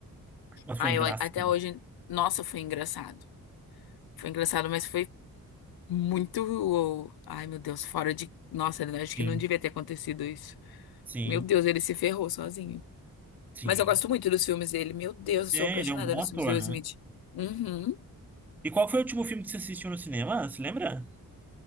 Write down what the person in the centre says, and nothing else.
Mas
foi engraçado.
Sim,
sim,
sim.
É,
ele é um bom
ator,
né?
E qual foi o último filme que você assistiu no cinema? Você lembra?